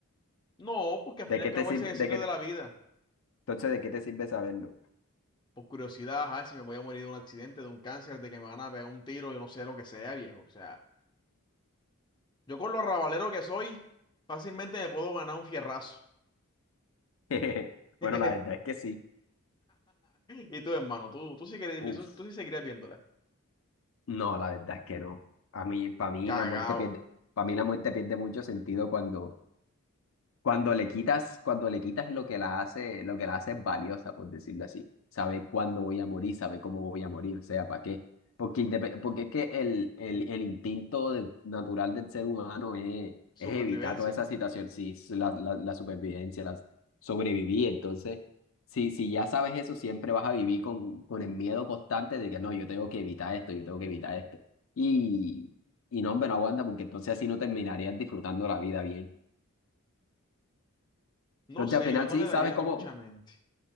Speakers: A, on the left; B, on the left.
A: No, porque al
B: ¿De
A: fin y
B: qué
A: al cabo
B: te sirve?
A: ese es el
B: De
A: ciclo
B: qué
A: de
B: te-
A: la vida.
B: Entonces, ¿de qué te sirve saberlo?
A: por curiosidad, ajá, si me voy a morir de un accidente, de un cáncer, de que me van a pegar un tiro, yo no sé lo que sea, viejo. O sea, yo con lo rabalero que soy, fácilmente me puedo ganar un fierrazo.
B: <laughs> Bueno,
A: <laughs>
B: la verdad es que sí.
A: Y tú, hermano, tú, tú sí querías,
B: Uf,
A: tú, tú sí seguirías viéndola.
B: no, la verdad es que no. A mí, para mí
A: Cagao.
B: la muerte pierde, para mí la muerte pierde mucho sentido cuando cuando le quitas, cuando le quitas lo que la hace, lo que la hace valiosa, por decirlo así. Sabe cuándo voy a morir, sabe cómo voy a morir, o sea, ¿para qué? Porque, indepe- porque es que el, el, el instinto de- natural del ser humano es,
A: Supervivencia.
B: es evitar toda esa situación, sí, s- la, la, la supervivencia, la sobrevivir. Entonces, si, si ya sabes eso, siempre vas a vivir con, con el miedo constante de que no, yo tengo que evitar esto, yo tengo que evitar esto. Y, y no, hombre, no aguanta, porque entonces así no terminarías disfrutando la vida bien.
A: No
B: Entonces
A: sé,
B: al final
A: yo no
B: sí
A: le daría
B: sabes cómo,
A: mucha mente.